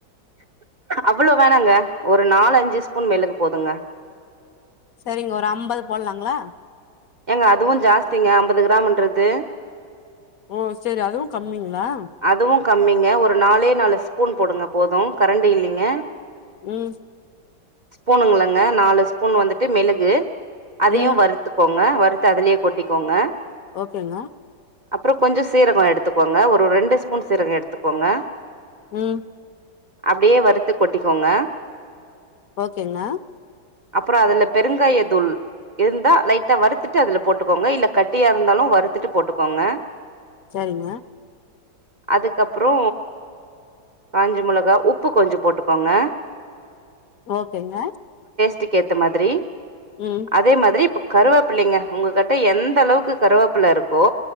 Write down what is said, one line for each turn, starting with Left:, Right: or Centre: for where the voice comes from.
Right: அவ்ளோ வேணாங்க. ஒரு நாலு அஞ்சு ஸ்பூன் மெளகு போதுங்க.
Left: சரிங்க ஒரு அம்பது போடலாங்களா?
Right: ஏங்க அதுவு ஜாஸ்திங்க அம்பது கிராமுன்றது
Left: ஓ செரி அதுவு கம்மிங்களா?
Right: அதுவு கம்மிங்க ஒரு நாலே நாலு ஸ்பூன் போடுங்க போது கரண்டி இல்லிங்க.
Left: ம்
Right: ஸ்பூனுங்களாங்க நாலு ஸ்பூன் வந்துட்டு மெளகு அதயு
Left: ம்
Right: வறுத்து க்கோங்க வறுத்து அதுலயே கொட்டிக்கோங்க.
Left: ஓகேங்க.
Right: அப்றோ கொஞ்ச சீரகோ எடுத்துக்கோங்க ஒரு ரெண்டு ஸ்பூன் சீரகோ எடுத்துக்கோங்க.
Left: ம்
Right: அப்டியே வறுத்து கொட்டிக்கோங்க.
Left: ஓகேங்க.
Right: அப்றோ அதுல பெருங்காய தூள் இருந்தா லைட் டா வறுத்துட்டு அதுல போட்டுக்கோங்க. இல்ல கட்டியா இருந்தாலு வறுத்துட்டு போட்டுக்கோங்க.
Left: சரிங்க.
Right: அதுக்கப்புறோ காஞ்ச மொளகா உப்பு கொஞ்சோ போட்டுக்கோங்க
Left: ஓகேங்க.
Right: டுக்கு ஏத்த மாதிரி.
Left: ம்
Right: அதே மாதிரி இப் கருவேப்பிள்ளைங்க உங்ககிட்ட எந்த அளவுக்கு கருவேப்பிள்ளை இருக்கோ